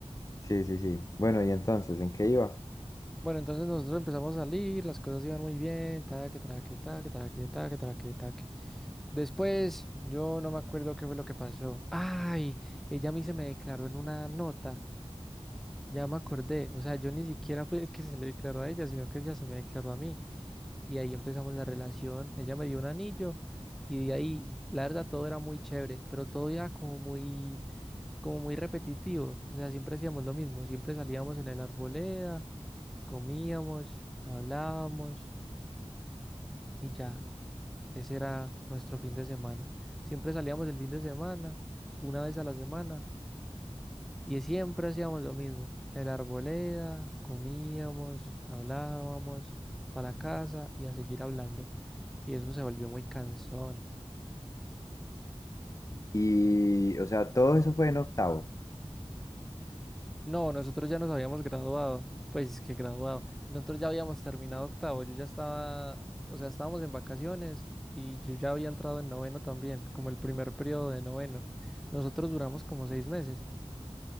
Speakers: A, on the left; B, in the centre.
A: sí, sí, sí. Bueno, y entonces, ¿en qué iba?
B: Bueno, entonces nosotros empezamos a salir, las cosas iban muy bien, taque, traque, taque, traque, taque, traque, taque. Después, yo no me acuerdo qué fue lo que pasó. Ay, ella a mí se me declaró en una nota. Ya me acordé, o sea, yo ni siquiera fui el que se le declaró a ella, sino que ella se me declaró a mí. Y ahí empezamos la relación, ella me dio un anillo y de ahí, la verdad, todo era muy chévere, pero todo era como muy, como muy repetitivo. O sea, siempre hacíamos lo mismo, siempre salíamos en el arboleda, comíamos, hablábamos y ya, ese era nuestro fin de semana. Siempre salíamos el fin de semana, una vez a la semana, Y siempre hacíamos lo mismo. El arboleda, comíamos, hablábamos, para la casa y a seguir hablando. Y eso se volvió muy cansón.
A: Y, o sea, todo eso fue en octavo.
B: No, nosotros ya nos habíamos graduado. Pues es que graduado. Nosotros ya habíamos terminado octavo. Yo ya estaba, o sea, estábamos en vacaciones y yo ya había entrado en noveno también, como el primer periodo de noveno. Nosotros duramos como seis meses.